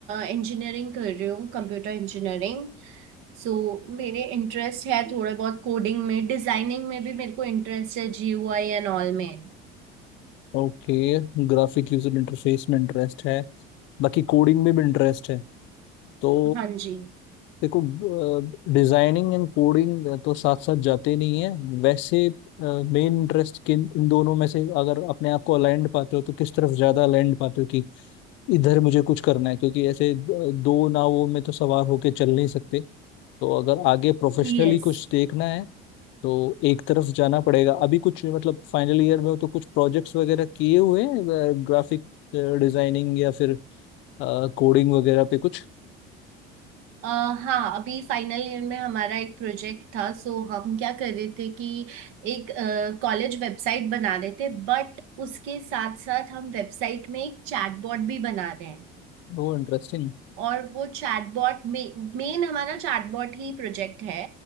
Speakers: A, on the right; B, on the left.
A: इंजीनियरिंग कर रही हूँ कंप्यूटर इंजीनियरिंग सो so, मेरे इंटरेस्ट है थोड़े बहुत कोडिंग में डिजाइनिंग में भी मेरे को इंटरेस्ट है जीयूआई एंड ऑल में
B: ओके ग्राफिक यूजर इंटरफेस में इंटरेस्ट है बाकी कोडिंग में भी इंटरेस्ट है तो
A: हाँ जी
B: देखो डिजाइनिंग एंड कोडिंग तो साथ साथ जाते नहीं है वैसे मेन इंटरेस्ट किन इन दोनों में से अगर अपने आप को अलाइंड पाते हो तो किस तरफ ज्यादा अलाइंड पाते हो कि इधर मुझे कुछ करना है क्योंकि ऐसे अ, दो नावों में तो सवार होके चल नहीं सकते तो अगर आगे प्रोफेशनली
A: यस
B: कुछ देखना है तो एक तरफ जाना पड़ेगा अभी कुछ मतलब फाइनल ईयर में हो तो कुछ प्रोजेक्ट्स वगैरह किए हुए हैं ग्राफिक डिजाइनिंग या फिर कोडिंग वगैरह पे कुछ
A: हाँ अभी फाइनल ईयर में हमारा एक प्रोजेक्ट था सो हम क्या कर रहे थे कि एक कॉलेज वेबसाइट बना रहे थे बट उसके साथ साथ हम वेबसाइट में एक चैटबॉट भी बना रहे हैं।
B: वो इंटरेस्टिंग
A: और वो चैटबॉट मेन हमारा चैटबॉट ही प्रोजेक्ट है